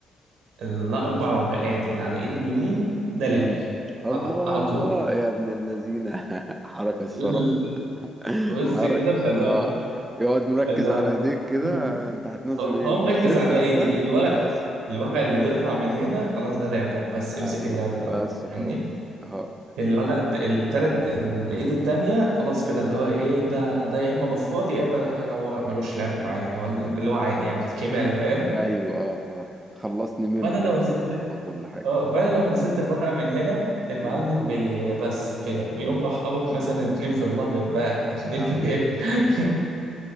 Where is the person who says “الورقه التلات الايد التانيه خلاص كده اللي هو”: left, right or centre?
Right